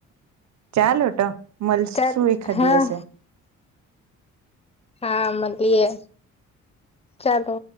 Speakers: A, on the right; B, on the left.
A: ચાલો તો મળ
B: ચાલ
A: શું એકાદ
B: હા
A: દિવસે
B: હા મળીએ ચાલો